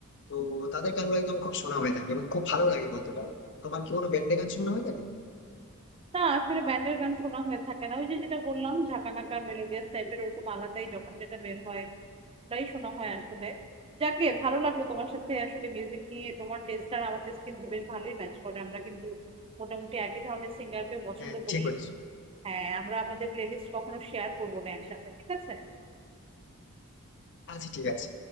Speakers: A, on the left (about 55°); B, on the right (about 25°).
A: তো তাদের গানগুলো একদম খুব শোনা হয়ে থাকে এবং খুব ভালো লাগে বলতে পারো তোমার কি কোনো ব্যান্ডে গান শোনা হয়ে থাকে
B: না আসলে ব্যান্ডের গান শোনা হয়ে থাকে না ওই যে যেটা বললাম ঝাঁকানাকার মেলোডিয়াস টাইপের ওরকম আলাদাই যখন যেটা বের হয় ওটাই শোনা হয় আসলে যাকে ভালো লাগলো তোমার সাথে আসলে মিউজিক নিয়ে তোমার টেস্ট আর আমার টেস্ট কিন্তু বেশ ভালোই ম্যাচ করে আমরা কিন্তু মোটামুটি একই ধরনের সিঙ্গারকে পছন্দ
A: হ্যাঁ
B: করি
A: ঠিক বলেছো
B: হ্যাঁ আমরা আমাদের প্লেলিস্ট কখনো শেয়ার করবো না একসাথে ঠিক আছে
A: আচ্ছা ঠিক আছে